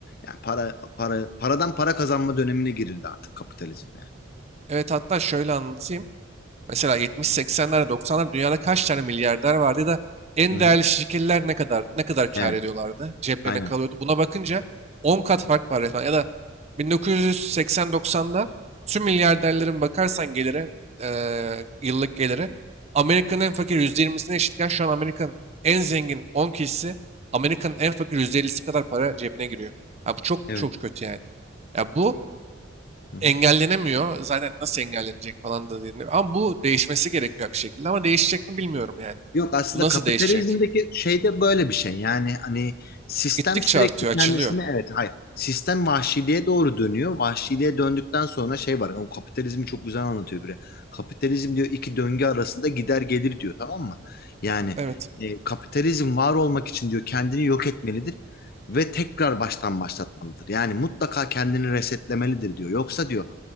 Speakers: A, on the left; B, on the right.
A: Yani para para paradan para kazanma dönemine girildi artık kapitalizmde.
B: Evet hatta şöyle anlatayım. Mesela 70-80'lerde 90'lar dünyada kaç tane milyarder vardı ya da en
A: Yani.
B: değerli
A: Hı hı.
B: şirketler ne kadar ne kadar kâr
A: Evet.
B: ediyorlardı? Ceplerine
A: Aynen.
B: kalıyordu. Buna bakınca 10 kat fark var resmen. Ya da 1980-90'da tüm milyarderlerin bakarsan gelire, eee, yıllık geliri Amerika'nın en fakir %20'sine eşitken şu an Amerika'nın en zengin 10 kişisi Amerika'nın en fakir %50'si kadar para cebine giriyor. Ya bu çok
A: Evet.
B: çok kötü yani. Ya bu
A: Hı hı.
B: engellenemiyor. Zaten nasıl engellenecek falan da deniliyor. Ama bu değişmesi gerekiyor bir şekilde. Ama değişecek mi bilmiyorum yani.
A: Yok aslında
B: Bu Nasıl
A: kapitalizmdeki
B: değişecek?
A: şey de böyle bir şey. Yani hani sistem
B: Gittikçe
A: sürekli
B: artıyor,
A: kendisini
B: açılıyor.
A: evet hayır. Sistem vahşiliğe doğru dönüyor. Vahşiliğe döndükten sonra şey var. O kapitalizmi çok güzel anlatıyor biri. Kapitalizm diyor iki döngü arasında gider gelir diyor tamam mı? Yani
B: Evet,
A: e, kapitalizm var olmak için diyor kendini yok etmelidir ve tekrar baştan başlatmalıdır. Yani mutlaka kendini resetlemelidir diyor. Yoksa diyor